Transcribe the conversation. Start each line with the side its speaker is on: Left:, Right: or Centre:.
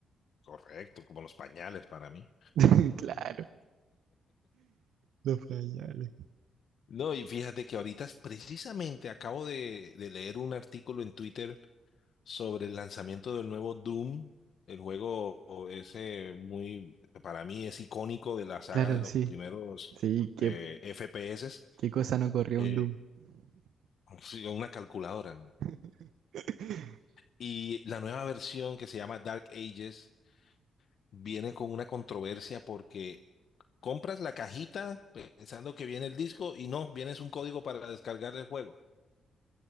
Left: correcto, como los pañales para mí.
Right: <laughs> Claro, los pañales.
Left: No, y fíjate que ahorita es- precisamente acabo de, de leer un artículo en Twitter sobre el lanzamiento del nuevo Doom, el juego o ese muy, para mí es icónico de la saga
Right: Claro,
Left: de los
Right: sí,
Left: primeros
Right: sí, qué,
Left: eh, FPS,
Right: qué cosa no corrió
Left: eh,
Right: un Doom.
Left: sí, una calculadora.
Right: <laughs>
Left: Y la nueva versión que se llama Dark Ages viene con una controversia porque Compras la cajita pensando que viene el disco y no, vienes un código para descargar el juego.